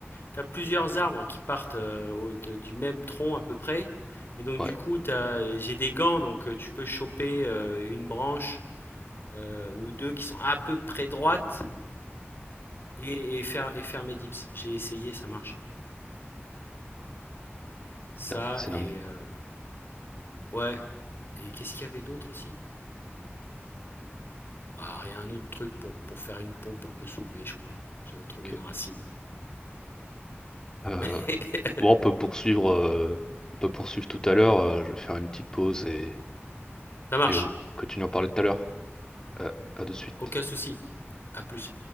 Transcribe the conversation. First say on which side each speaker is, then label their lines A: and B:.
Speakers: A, on the left; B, on the left.
A: t'as plusieurs arbres qui partent euh, au- de- du même tronc à peu près et donc
B: ouais,
A: du coup t'as j'ai des gants donc euh, tu peux choper euh, une branche euh, ou deux qui sont à peu près droites et, et faire et faire mes dips. J'ai essayé ça marche. Ça
B: dingue, c'est
A: et
B: dingue.
A: euh, ouais et qu'est-ce qu'il y avait d'autre aussi? Alors il y a un autre truc pour pour faire une pompe un peu soulevée je crois. J'avais trouvé
B: Ok.
A: une racine.
B: Euh,
A: <laughs>
B: Bon, on peut poursuivre, euh, on peut poursuivre tout à l'heure. euh, je vais faire une petite pause et,
A: Ça marche.
B: et on on continue à en parler tout à l'heure. Euh, à de suite.
A: Aucun souci, à plus.